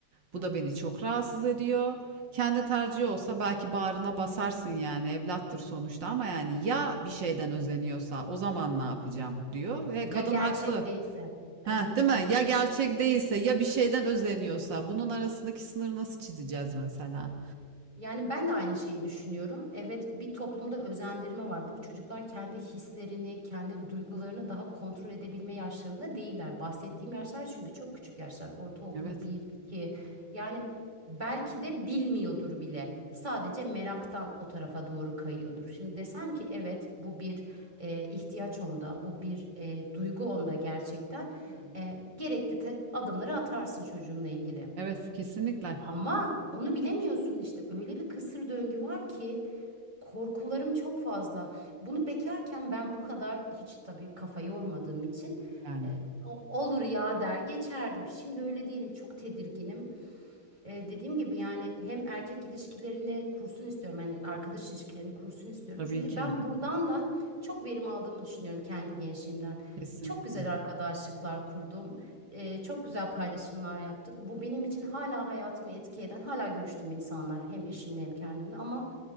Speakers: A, on the right (about 25°); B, on the right (about 80°).
A: Evet.
B: Bu da beni çok rahatsız ediyor. Kendi tercihi olsa belki bağrına basarsın yani evlattır sonuçta ama yani ya bir şeyden özeniyorsa o zaman ne yapacağım diyor ve
A: Ya
B: kadın
A: gerçek
B: haklı.
A: değilse.
B: Heh,
A: Evet.
B: değil mi? Ya gerçek değilse ya bir şeyden özeniyorsa bunun arasındaki sınırı nasıl çizeceğiz mesela?
A: Yani ben de aynı şeyi düşünüyorum. Evet, bir toplumda özendirme var. Bu çocuklar kendi hislerini, kendi duygularını daha kontrol edebilme yaşlarında değiller. Bahsettiğim yaşlar çünkü çok küçük yaşlar. Ortaokul
B: Evet.
A: bir 2. Yani belki de bilmiyordur bile. Sadece meraktan o tarafa doğru kayıyordur. Şimdi desem ki evet bu bir e, ihtiyaç onda, bu bir e, duygu onda gerçekten.
B: Hı hı.
A: E, gerekli te- adımları atarsın çocuğunla ilgili.
B: Evet, kesinlikle.
A: Ama onu bilemiyorsun işte öyle bir kısır döngü var ki korkularım çok fazla. Bunu bekarken ben bu kadar hiç tabii kafa yormadığım için
B: Yani
A: e, o- olur ya der geçerdim. Şimdi öyle değilim çok tedirginim. E, dediğim gibi yani hem erkek ilişkilerini kursun istiyorum. Hani arkadaş ilişkilerini kursun istiyorum.
B: tabii
A: Çünkü
B: ki
A: ben buradan da çok verim aldığımı düşünüyorum kendi gençliğimden.
B: kesinlikle.
A: Çok güzel arkadaşlıklar kurdum. E, çok güzel paylaşımlar yaptık. Bu benim için hala hayatımı etki eden, hala görüştüğüm insanlar. Hem eşimle hem kendimle ama